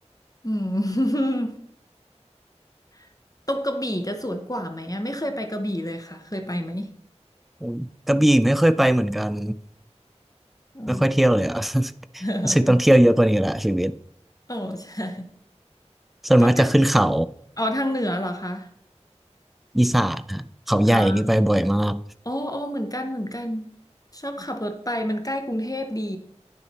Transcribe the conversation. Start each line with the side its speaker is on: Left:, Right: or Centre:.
Left: อืม <laughs> ตรงกระบี่จะสวยกว่าไหมอะไม่เคยไปกระบี่เลยค่ะเคยไปไหม
Centre: อืมกระบี่ไม่ค่อยไปเหมือนกัน
Left: เออ
Centre: ไม่ค่อยเที่ยวเลยอะ <laughs>
Left: <laughs>
Centre: รู้สึกต้องเที่ยวเยอะกว่านี้แหละชีวิต
Left: โอ้ใช่ <laughs>
Centre: ส่วนมากจะขึ้นเขา
Left: ต้องทางอ๋อทางเหนือเหรอคะ
Centre: อีสานฮะเขาใหญ่นี่ไปบ่อยมาก
Left: อ๋ออ๋ออ๋อเหมือนกันเหมือนกัน ชอบขับรถไปมันใกล้กรุงเทพดี